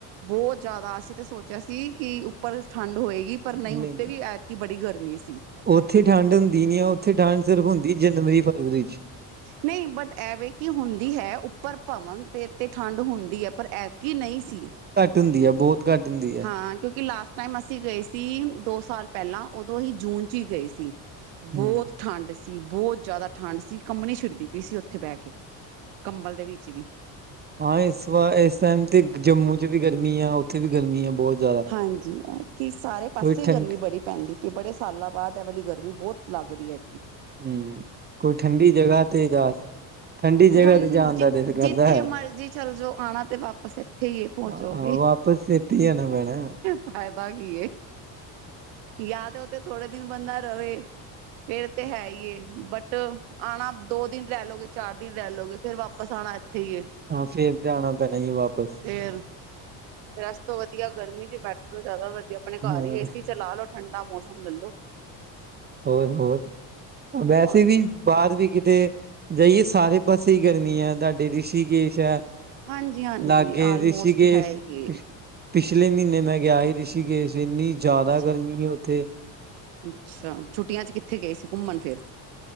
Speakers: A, on the right; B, on the right.
A: ਬੋ ਜਾਦਾ ਅਸੀ ਤੇ ਸੋਚੇਆ ਸੀ ਕਿ ਉਪਰ ਠਾੰਡ ਹੋਏਗੀ ਪਰ
B: ਨਹੀਂ
A: ਨਈ ਉਤੇ ਵੀ ਐ ਕਿ ਬੜੀ ਗਰਮੀ ਸੀ।
B: ਉੱਥੇ ਠੰਡ ਹੁੰਦੀ ਨੀ ਆ ਉੱਥੇ ਠੰਢ ਸਿਰਫ਼ ਹੁੰਦੀ ਫੇਰ ਜਨਵਰੀ ਫਰਵਰੀ ਚ।
A: ਨਹੀਂ ਬਟ ਐਵੇਂ ਕਿ ਹੁੰਦੀ ਹੈ ਉੱਪਰ ਭਵਨ ਤੇ ਤੇ ਠੰਡ ਹੁੰਦੀ ਹੈ ਪਰ ਐਤਕੀ ਨਹੀਂ ਸੀ।
B: ਹੁੰਦੀਏ ਬਹੁਤ ਘੱਟ ਹੁੰਦੀ ਆ।
A: ਹਾਂ ਕਿਉਂਕਿ ਲਾਸਟ ਟਾਈਮ ਅਸੀਂ ਗਏ ਸੀ ਦੋ ਸਾਲ ਪਹਿਲਾਂ ਉਦੋਂ ਅਹੀ ਜੂਨ ਚ ਹੀ ਗਏ ਸੀ। ਬੋਤ
B: ਹਮ
A: ਠਾੰਡ ਸੀ, ਬੋਤ ਜਾਦਾ ਠਾੰਡ ਸੀ, ਕੰਮਨੀ ਛਿੜਦੀ ਪਈ ਸੀ ਓਥੇ ਬੈ ਕੇ। ਕੰਬਲ ਦੇ ਵਿੱਚ ਵੀ
B: ਹਾਂ ਇਸ ਵਾਰ ਇਸ ਟਾਈਮ ਤੇ ਜੰਮੂ ਚ ਵੀ ਗਰਮੀ ਆ ਉੱਥੇ ਵੀ ਗਰਮੀ ਆ ਬਹੁਤ ਜ਼ਿਆਦਾ।
A: ਹਾਂਜੀ ਕਿ ਸਾਰੇ ਪਾਸੇ
B: ਕੋਈ ਠੰਡ
A: ਗਰਮੀ ਬੜੀ ਪੈਂਦੀ ਕਿ ਬੜੇ ਸਾਲਾਂ ਬਾਅਦ ਇਹ ਵਾਲੀ ਗਰਮੀ ਬਹੁਤ ਲੱਗ ਰਹੀ ਐ।
B: ਹੂੰ, ਕੋਈ ਠੰਡੀ ਜਗ੍ਹਾ ਤੇ ਜਾ ਠੰਡੀ ਜਗ੍ਹਾ
A: ਠੰਡ,
B: ਤੇ ਜਾਣ ਦਾ ਦਿਲ ਕਰਦਾ
A: ਜਿੱਥੇ
B: ਹੈ।
A: ਮਰਜ਼ੀ ਚੱਲੇ ਜਾਓ, ਆਉਣਾ ਤੇ ਵਾਪਸ ਇੱਥੇ ਹੀ ਹੈ, ਪਹੁੰਚੋਗੇ
B: ਹਾਂ ਵਾਪਸ ਤੇ, ਇਥੇ ਈ ਆਣਾ ਪੈਣਾ।
A: ਫ਼ਾਇਦਾ ਕੀ ਹੈ, ਯਾ ਤਾਂ ਉਥੇ ਥੋੜੇ ਦਿਨ ਬੰਦਾ ਰਵੇ। ਫੇਰ ਤੇ ਹੈ ਹੀ ਏ, ਬਟ ਆਉਣਾ, ਦੋ ਦਿਨ ਰਹਿ ਲਉਗੇ, ਚਾਰ ਦਿਨ ਰਹਿ ਲਉਗੇ ਫੇਰ, ਵਾਪਸ ਆਉਣਾ ਇੱਥੇ ਹੀ ਏ
B: ਹਾਂ ਫੇਰ ਤੇ, ਆਉਣਾ ਪੈਣਾ ਹੀ ਐ ਵਾਪਸ
A: ਫੇਰ, ਫੇਰ ਇਸ ਤੋਂ ਵਧੀਆ, ਗਰਮੀ ਚ ਬੈਠੇ ਰਹੋ, ਜ਼ਿਆਦਾ ਵਧੀਆ, ਆਪਣੇ ਘਰ
B: ਹਾਂ
A: ਹੀ ਏਸੀ ਚ ਲਾ ਲੋੋ ਠੰਡਾ ਮੌਸਮ ਲੱਲੋ।
B: ਹੋਰ, ਹੋਰ ਵੈਸੇ
A: ਔਰ
B: ਵੀ
A: ਕੀ
B: ਬਾਹਰ ਵੀ ਕਿਤੇ ਜਾਈਏ, ਸਾਰੇ ਪਾਸੇ ਈ ਗਰਮੀ ਐ। ਤੁਹਾਡੇ ਰਿਸ਼ੀਕੇਸ਼ ਐ
A: ਹਾਂਜੀ ਹਾਂਜੀ
B: ਲਾਗੇ
A: ਆਲਮੋਸਟ
B: ਰਿਸ਼ੀਕੇਸ਼
A: ਹੈ ਹੀ ਏ
B: ਪਿਛਲੇ ਮਹੀਨੇ ਮੈਂ ਗਿਆ ਹੀ ਰਿਸ਼ੀਕੇਸ਼, ਇੰਨੀ ਜ਼ਿਆਦਾ
A: ਅੱਛਾ
B: ਗਰਮੀ ਹੀ ਉੱਥੇ
A: ਅੱਛਾ! ਛੁੱਟੀਆਂ ਚ ਕਿੱਥੇ ਗਏ ਸੀ ਘੁੰਮਣ ਫਿਰ?